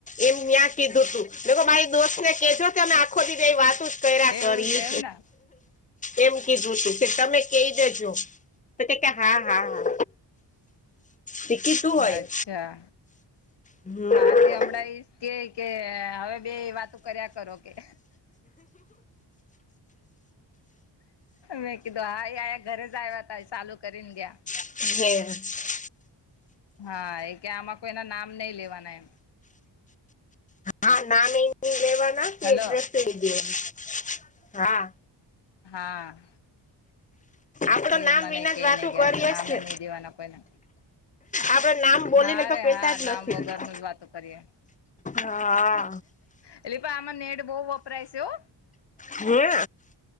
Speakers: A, on the left; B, on the left.
A: એમ ત્યાં કીધું તું મા દોસ્તને કેજો આખો દી બે વાતો કર્યા
B: એવું
A: કરી
B: છે એમને
A: એમ કીધું તું કે તમે કઈ દેજો તો કે હા હા હા. પીકી તું હોય
B: અચ્છા
A: હમ્મ.
B: હા તે હમણાં ઈ કે કે હવે બે વાતો કર્યા કરો. કે મેં કીધું હા આયા ઘરે જ આવ્યા હતા ચાલુ કરીને ગયા.
A: હમ્મ
B: હા એ કે આમાં કોઈ એના નામ નહી લેવાના એમ
A: હા, નાની એ લેવાના કે
B: હેલો
A: એડ્રેસ લ દેવા હા
B: હા
A: આપડો
B: ફીઝ,
A: નામ
B: મને
A: વિના
B: એકનેગયાશે
A: જ વાતું કરીએ
B: નામે
A: છે
B: નિ દવા ના કોઈને
A: આપડે નામ બોલીને
B: હા
A: તો
B: રે
A: કેતા
B: હા
A: જ
B: નામ
A: નથી
B: વગરનુ જ વાતો કરીએ
A: હા
B: એટલે પણ આમાં નેટ બહુ વપરાય છે, હો
A: હે